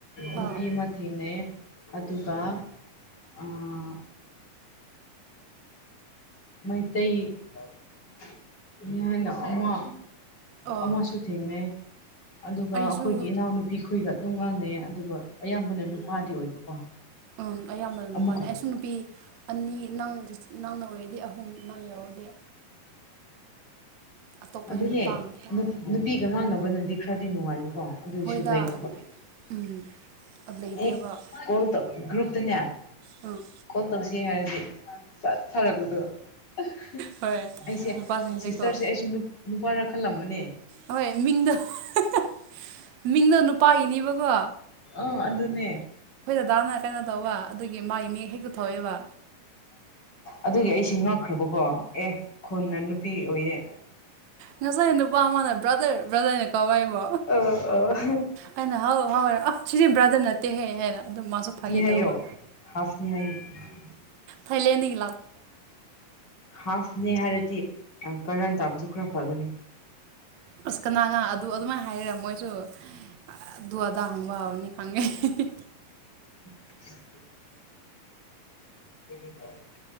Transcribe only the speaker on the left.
ꯅꯨꯄꯤ
ꯑꯃ ꯊꯦꯡꯅꯩꯌꯦ ꯑꯗꯨꯒ ꯑꯥ ꯃꯩꯇꯩꯅꯤ ꯍꯥꯢꯅ ꯑꯃ
ꯑꯃꯁꯨꯨ ꯊꯦꯡꯅꯩ ꯑꯗꯨꯒ
ꯑꯩꯈꯣꯏꯒꯤ ꯏꯅꯥꯎꯅꯨꯄꯤꯈꯣꯏꯒ ꯑꯗꯨꯝ ꯉꯥꯡꯅꯩꯌꯦ ꯑꯗꯨꯒ ꯑꯌꯥꯝꯕꯅ ꯅꯨꯄꯥꯗꯤ ꯑꯣꯏꯕꯀꯣ
ꯑꯃꯨꯛꯀ
ꯑꯗꯨꯅꯦ
ꯅꯨ ꯅꯨꯄꯤꯒ ꯉꯥꯡꯅꯕꯅꯗꯤ ꯈꯔꯗꯤ ꯅꯨꯡꯉꯥꯏꯕ ꯀꯣ ꯑꯗꯨꯏꯁꯨ
ꯂꯩꯇꯕ
ꯍꯦꯛ ꯀꯣꯜ ꯇꯧ ꯒ꯭ꯔꯨꯞ ꯇꯅꯦ
ꯀꯣꯜ ꯇꯧꯁꯦ ꯍꯥꯏꯔꯗꯤ ꯆꯠꯊꯔꯛꯄꯗꯣ ꯑꯍ
ꯑꯩꯁꯦ
ꯁꯤꯁꯇꯔꯁꯦ ꯑꯩꯁꯨ ꯅꯨ ꯅꯨꯄꯥꯔ ꯈꯜꯂꯝꯕꯅꯦ
ꯑ ꯑꯗꯨꯅꯦ
ꯑꯗꯨꯒꯤ ꯑꯩꯁꯦ ꯉꯛꯈ꯭ꯔꯕꯀꯣ ꯑꯦ ꯈꯨꯟꯅ ꯅꯨꯄꯤ ꯑꯣꯏꯌꯦ
ꯑ ꯑꯣ
ꯍꯥꯏꯌꯣ
<unintelligible>
ꯍꯥꯐꯅꯦ ꯍꯥꯏꯔꯗꯤ ꯑꯥ ꯀꯥꯔꯟ ꯇꯥꯕꯁꯨ ꯈꯔ ꯐꯒꯅꯤ
<inaudible> <inaudible>